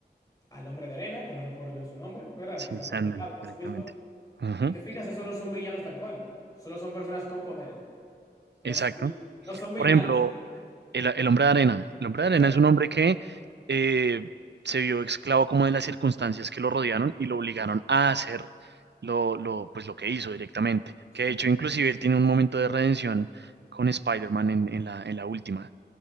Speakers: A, on the left; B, on the right.
A: al Hombre de Arena, que no recuerdo bien su nombre, ¿verdad?
B: Sí,
A: Que está
B: Sandman,
A: combinado en esa
B: directamente.
A: misma.
B: Ujú.
A: Si te fijas, esos no son villanos tal cual. Solo son personas con poderes. No
B: Exacto.
A: son, vill- no son villanos.
B: Por ejemplo, el, el hombre de arena. El hombre
A: Exacto.
B: de arena es un hombre que eh, se vio esclavo como de las circunstancias que lo rodearon
A: Sí,
B: y lo obligaron a hacer lo, lo, pues, lo que hizo directamente.
A: sí,
B: Que de hecho, inclusive, él tiene un momento de redención con Spider-Man en, en la, en la última.